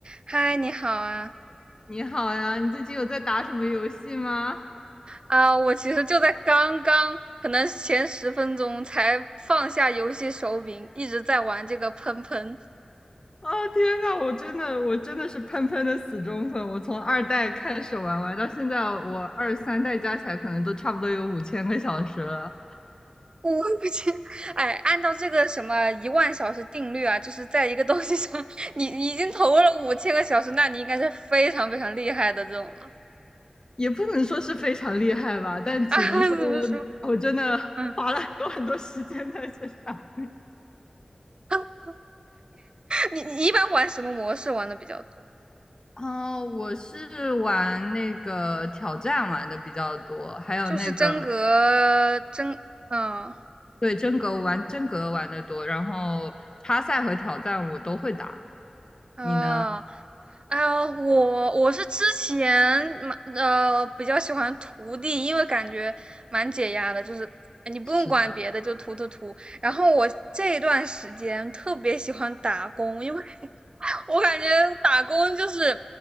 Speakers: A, on the right; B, on the left.
A: 嗨，你好啊！
B: 你好呀，你最近有在打什么游戏吗？
A: 啊，我其实就在刚刚，可能前十分钟才放下游戏手柄，一直在玩这个喷喷。
B: 啊，天呐，我真的，我真的是喷喷的死忠粉，我从二代开始玩玩到现在，我二三代加起来可能都差不多有五千个小时了，
A: 我我去，哎，按照这个什么一万小时定律啊，就是在一个东西上，你已经投入了五千个小时，那你应该是非常非常厉害的这种了
B: 也不能说是非常厉害吧，但只能说我我真的花了很多很多时间在这上。
A: 啊。<laughs> 怎么说？嗯，
B: <laughs>
A: <laughs> 你你你一般玩什么模式玩的比较多？
B: 哦，我是玩那个挑战玩的比较多，还有那个
A: 就是真格真，嗯啊。
B: 对真格玩真格玩的多，然后插赛和挑战我都会打。
A: 哦
B: 你呢？
A: 啊，我我是之前蛮呃比较喜欢涂地，因为感觉蛮解压的，就是你不用管别的，
B: 是的，
A: 就涂涂涂。然后我这一段时间特别喜欢打工，因为我感觉打工就是